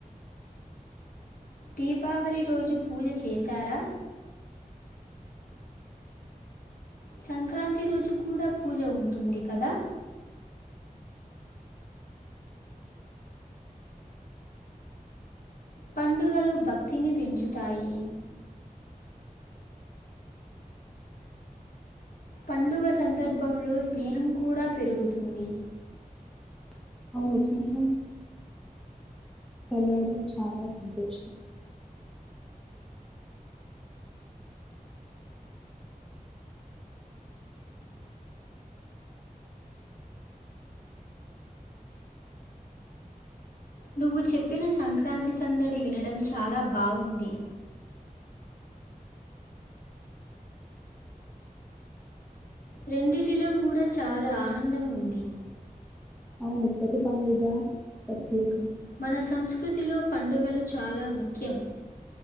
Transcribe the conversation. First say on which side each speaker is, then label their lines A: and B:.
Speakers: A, on the left (about 75°); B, in the centre.
A: దీపావళి రోజు పూజ చేశార సంక్రాంతి రోజు కూడా పూజ ఉంటుంది కద. పండుగలు భక్తిని పెంచుతాయి. పండుగ సందర్భంలో స్నేహం కూడా పెరుగుతుంది.
B: అవును సీహన్ కలడం చాలా సంతోషం.
A: నువ్వు చెప్పిన సంక్రాంతి సందడి వినడం చాలా బావుంది. రెండిటిలో కూడా చాలా ఆనందం ఉంది.
B: అవును ప్రతి పండుగ ప్రత్యేకం
A: మన సంస్కృతిలో పండుగలు చాలా ముఖ్యం.